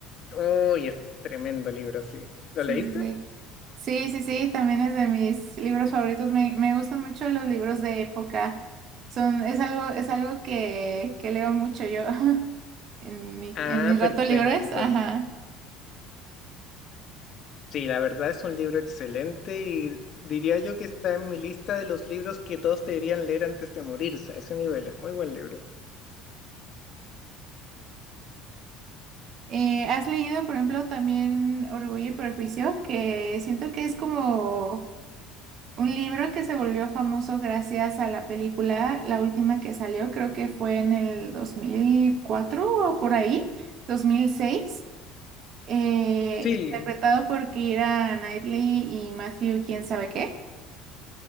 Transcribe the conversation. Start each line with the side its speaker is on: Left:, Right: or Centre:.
Left: ¡Oh, y es tremendo libro, sí! ¿Lo
Right: sí,
Left: leíste?
Right: sí, sí. Sí, sí, sí, también es de mis libros favoritos. Me, me gustan mucho los libros de época. Son, es algo, es algo que, que leo mucho yo <laughs> en mi,
Left: Ah,
Right: en mis
Left: perfecto.
Right: ratos libres.
Left: Entonces,
Right: Ajá.
Left: sí, la verdad es un libro excelente y diría yo que está en mi lista de los libros que todos deberían leer antes de morirse. A ese nivel, es muy buen libro.
Right: Eh, ¿has leído, por ejemplo, también Orgullo y Prejuicio? Que siento que es como un libro que se volvió famoso gracias a la película, la última que salió, creo que fue en el 2004 o por ahí, 2006, eh,
Left: Sí,
Right: interpretado por Keira Knightley y Matthew, quién sabe qué.